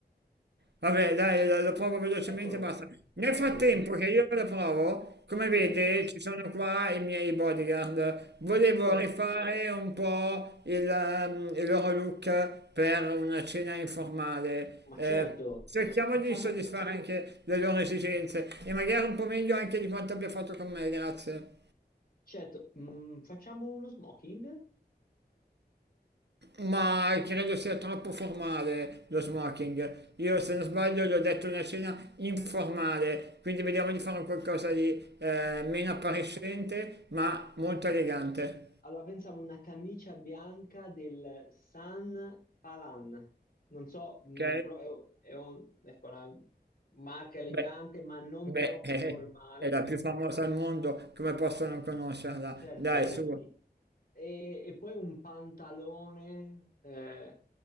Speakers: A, on the right (about 80°); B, on the left (about 60°).
A: Vabbè, dai, la- lo provo velocemente
B: Eccolo,
A: e basta. Nel
B: eccolo,
A: frattempo
B: sì.
A: che io la provo, come
B: Sì?
A: vede, ci sono qua i miei bodyguard. Volevo
B: Sì.
A: rifare un po' il, ehm, il loro look per una cena informale.
B: Ma
A: Eh,
B: certo,
A: cerchiamo
B: facciamo,
A: di soddisfare anche le loro esigenze e magari un po' meglio anche di quanto abbia fatto con me, grazie.
B: certo, mm, facciamo uno smoking?
A: Ma credo sia troppo formale lo smoking. Io, se non sbaglio, gli ho detto una cena informale, quindi vediamo di fare un qualcosa di eh, meno appariscente, ma molto elegante.
B: Allora pensavo una camicia bianca del San Palan. Non so, mm,
A: Ok?
B: però è, è un- ecco, una marca elegante,
A: Beh,
B: ma non
A: beh,
B: troppo
A: <laughs>
B: formale.
A: è la più famosa al mondo, come posso non conoscerla?
B: Certo,
A: Dai,
B: certo,
A: su,
B: mi, E, e poi un pantalone. eh,